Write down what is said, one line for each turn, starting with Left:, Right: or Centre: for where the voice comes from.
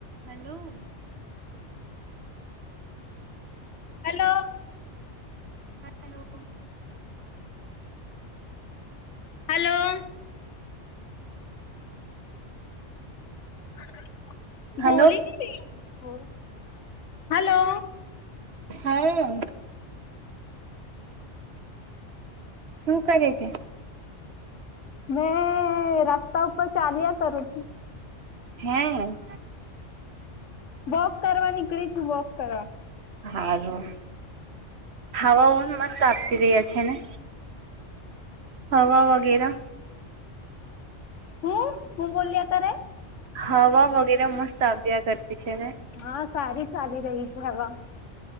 Right: Hello.
Left: Hello.
Right: Hello.
Left: Hello. <inaudible>
Right: Hello
Left: બોલી હી નહીં રહી હૈ કુછ વો. હલો.
Right: હા હો. શું કરે છે?
Left: મેં રસ્તા ઉપર ચાલ્યા કરું છું.
Right: હે
Left: વોક કરવા નીકળી છું વોક કરવા.
Right: હારું હવાઓ પણ મસ્ત આપતી રહ્યા છે ને હવા વગેરે
Left: હમ હું બોલ્યા તારે
Right: હવા વગેરે મસ્ત આવ્યા કરતા. પ્રત છેને
Left: હા સારી ચાલી રહી છે હવા.